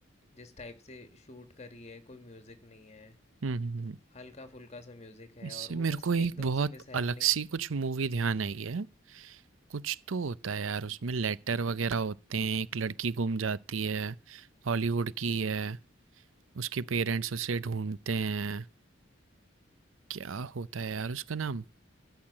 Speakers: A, on the left (about 35°); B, on the right (about 85°).
A: जिस टाइप से शूट करी है कोई म्यूज़िक नहीं है
B: हुँ, हुँ, हुँ।
A: हल्का फुल्का सा म्यूज़िक है
B: इससे
A: और वो
B: मेरे
A: बस
B: को एक
A: एकदम
B: बहुत
A: से मिस हैपनिंग
B: अलग-सी कुछ मूवी ध्यान आई है। कुछ तो होता है यार उसमें लेटर वग़ैरह होते हैं, एक लड़की गुम जाती है, हॉलीवुड की है, उसके पेरेंट्स उसे ढूँढते हैं। क्या होता है यार उसका नाम?